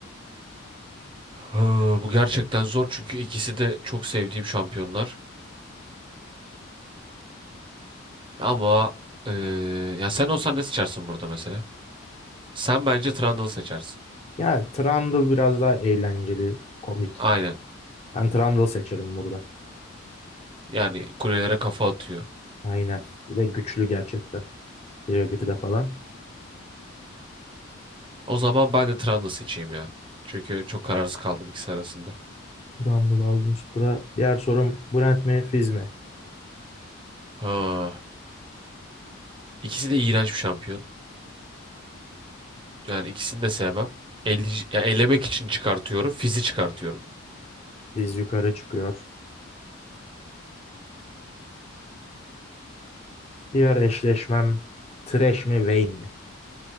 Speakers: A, on the right; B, on the left.
A: Hı, bu gerçekten zor çünkü ikisi de çok sevdiğim şampiyonlar. Ama eee, ya sen olsan ne seçersin burada mesela? Sen bence Trundle seçersin.
B: Yani Trundle biraz daha eğlenceli, komik.
A: Aynen.
B: Ben Trundle seçerim burada.
A: Yani kulelere kafa atıyor.
B: Aynen. Bir de güçlü gerçekten. Bire bir de falan.
A: O zaman ben de Trundle seçeyim ya. Çünkü çok kararsız kaldım ikisi arasında.
B: Turan Baldestura. Diğer sorum Brent mi Fizz mi?
A: Ha, ikisi de iğrenç bir şampiyon. Yani ikisini de sevmem. Ele, yani elemek için çıkartıyorum. Fizi çıkartıyorum.
B: Fizz yukarı çıkıyor. Diğer eşleşmem Thresh mi Vayne mi?